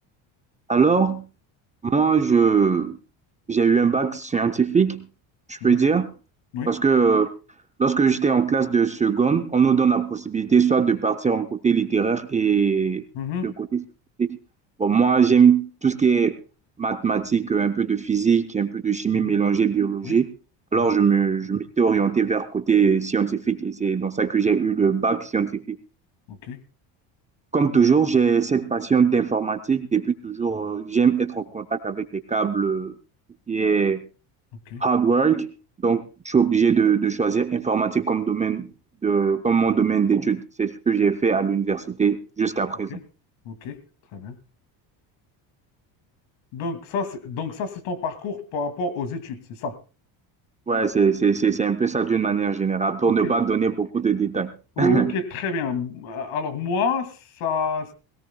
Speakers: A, on the right; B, on the left.
A: Alors, moi, je, j'ai eu un bac scientifique, je
B: Mhm.
A: peux dire,
B: Oui.
A: parce que euh, Lorsque j'étais en classe de seconde, on nous donne la possibilité soit de partir en côté littéraire et
B: Mhm.
A: le côté scientifique. Bon, moi, j'aime tout ce qui est mathématiques, un peu de physique, un peu de chimie
B: Mhm.
A: mélangée, biologie.
B: Oui.
A: Alors,
B: Oui.
A: je me, je m'étais orienté vers côté scientifique et c'est dans ça que j'ai eu le bac scientifique.
B: Ok.
A: Comme toujours, j'ai cette passion d'informatique. Depuis toujours, euh, j'aime être en contact avec les câbles, euh, tout ce qui est
B: Ok.
A: hard work. Donc, je suis obligé de, de choisir informatique comme domaine de, comme mon domaine d'études. C'est ce que j'ai fait à l'université jusqu'à présent.
B: Ok. Ok. Très bien. Donc ça, c'est, donc ça, c'est ton parcours par rapport aux études, c'est ça?
A: Ouais, c'est, c'est, c'est, c'est un peu ça d'une manière générale, pour
B: Ok.
A: ne pas donner beaucoup de détails.
B: Ok,
A: <laughs>
B: très bien. Euh, Alors moi, ça,